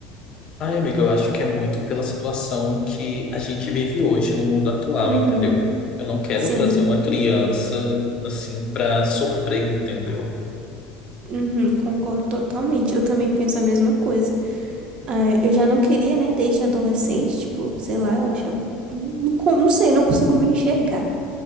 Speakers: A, on the left; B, on the right.
A: Ai, amigo, eu acho que é muito pela situação que a gente vive hoje no mundo atual,
B: Uhum,
A: entendeu? Eu não quero
B: sim,
A: trazer uma criança assim pra sofrer, entendeu?
B: uhum, concordo totalmente. Eu também penso a mesma coisa. Ah, eu já não queria, né, desde adolescente, tipo, sei lá, eu achava, "Hum, não, con- não sei, não consigo me enxergar.